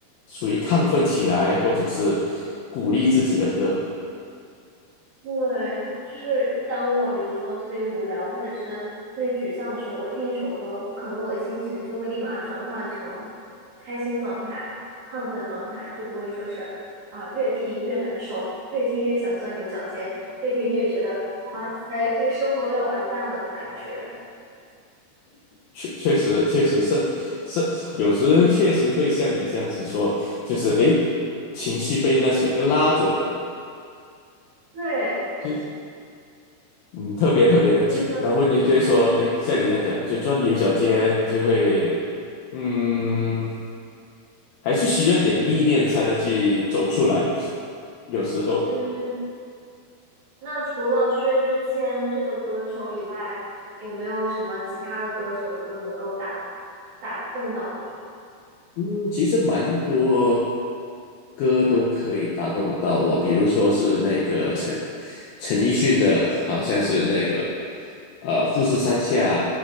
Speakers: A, on the left; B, on the right.
A: 属于亢奋起来，或者是鼓励自己的歌。
B: 对，就是当我比如说特别无聊或者是特别沮丧的时候，我听一首歌，可能我的心情就会立马转换成开心状态、亢奋状态，就不会说是啊、越听越难受，越听越想钻牛角尖，越听越觉得哇塞，这个生活都要完蛋了的感觉。
A: 确确实确实甚甚，有时确实会像你这样子说，就是诶，情绪被那首歌拉走了，
B: 对，
A: 就嗯特别特别的就，
B: 真的，
A: 然后你就会说，诶，像你这样讲，就钻牛角尖，就会嗯，还是需要一点历练才能去走出来，有时候。
B: 嗯，那除了薛之谦这个歌手以外，有没有什么其他的歌手的歌能够打打动到你？
A: 嗯，其实蛮多歌都可以打动得到我，比如说是那个陈陈奕迅的，好像是那个呃《富士山下》，